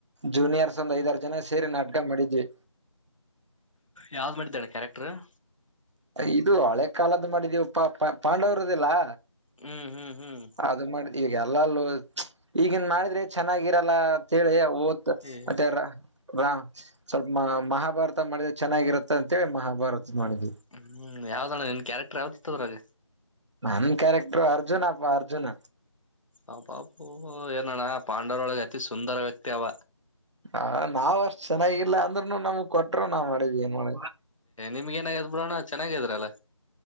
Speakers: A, on the right; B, on the left.
A: ಜೂನಿಯರ್ಸ್ ಒಂದ್ ಐದಾರು ಜನ ಸೇರಿ ನಾಟಕ ಮಾಡಿದ್ವಿ
B: ಯಾವ್ದ್ ಮಾಡಿದ್ದಣ್ಣ ಕ್ಯಾರೆಕ್ಟರ್
A: ಇದು ಹಳೆ ಕಾಲದ್ದು ಮಾಡಿದೀವಪ್ಪಾ ಪ ಪಾಂಡವರದ್ದಲ್ಲಾ
B: ಹ್ಮ್ ಹ್ಮ್ ಹ್ಮ್
A: ಅದು ಮಾಡ ಈಗ ಎಲ್ಲಲ್ಲೂ ಈಗನ್ ಮಾಡಿದ್ರೆ ಚೆನ್ನಾಗಿರಲ್ಲಂತಿ ತ್
B: ಏ
A: ಅತ್ತ <unintelligible> ರಾ ಸ್ವಲ್ಪ ಮ ಮಹಾಭಾರತ ಮಾಡಿದೆ ಚೆನ್ನಾಗಿರುತ್ತೆ ಅಂತೇಳಿ ಮಹಾಭಾರತ ಮಾಡಿದ
B: ಹ್ಮ್ ಯಾವ್ದಣ್ಣ ನಿನ್ ಕ್ಯಾರೆಕ್ಟರ್ ಯಾವ್ದತಿತ್ತದ್ರಾಗ
A: ನನ್ ಕ್ಯಾರೆಕ್ಟರ್ ಅರ್ಜುನಪ್ಪ ಅರ್ಜುನ
B: ಆ ಬಾಪು ಏನಣ್ಣ ಪಾಂಡವರೊಳಗೆ ಅತಿ ಸುಂದರ ವ್ಯಕ್ತಿ ಅವ
A: ಹ ನಾವ್ ಅಷ್ಟ್ ಚೆನ್ನಾಗಿಲ್ಲ ಅಂದ್ರುನು ನಮ್ಗ್ ಕೊಟ್ಟರು ನಾವ್ ಮಾಡಿದ್ ಏನ್ ಮಾಡ
B: ಏ್ಮಗ ಏನಾಗಾದ್ ಬಿಡೋಣ ಚೆನ್ನಾಗಿದ್ರಲ್ಲಾ